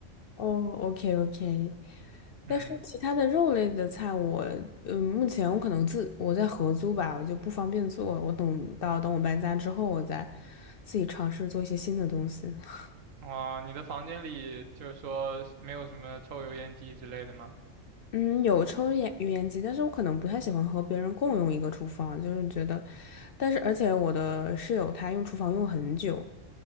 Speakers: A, on the left; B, on the right.
A: 哦，OK OK，
B: 嗯。
A: 但是其他的肉类的菜我，嗯，目前我可能自我在合租吧，我就不方便做。我等到等我搬家之后，我再自己尝试做一些新的东西。<laughs>
B: 哦，你的房间里就是说没有什么抽油烟机之类的吗？
A: 嗯，有抽烟油烟机，但是我可能不太喜欢和别人共用一个厨房，就是觉得，但是而且我的室友他用厨房用很久，